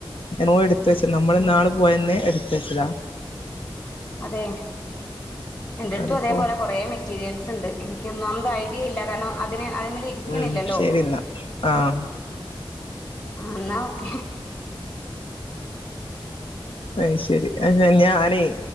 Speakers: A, on the left; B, on the left.
A: എന്നോ എടുത്ത്
B: ഉം
A: വച്ച് നമ്മള്
B: ഉം
A: ഇന്നാള് പോയന്ന് എടുത്ത് വച്ചതാ
B: അതെ എന്റെ അടുത്തും
A: അതിപ്പോ
B: അതേപോലെ കൊറേ മെറ്റീരിയൽസ് ണ്ട് എനിക്ക് ക്ക്‌ ഒന്നാമത് ഐഡിയ ഇല്ല കാരണം അതിന് അതിമേൽ ഇരിക്കണില്ലല്ലോ
A: ഉം ശെരി എന്നാ ആഹ്
B: ആ ന്നാ ഓക്കെ
A: അയ് ശെരി അ ഞാ ഞാനെ